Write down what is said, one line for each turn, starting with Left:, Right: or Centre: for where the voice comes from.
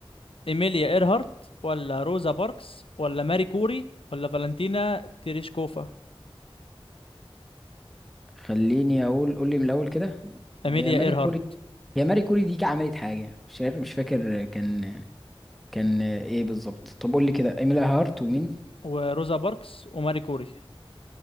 Left: إيميليا إيرهارت ولا روزا باركس ولا ماري كوري ولا فالنتينا تيريشكوفا
Centre: خليني اقول قول لي من الاول كده هي
Left: إيميليا
Centre: ماري
Left: إيرهارت
Centre: كوري هي ماري كوري دي عملت حاجه مش عارف مش فاكر كان كان ايه بالظبط طب قول لي كده ايميلا هارت ومين
Left: وروزا باركس وماري كوري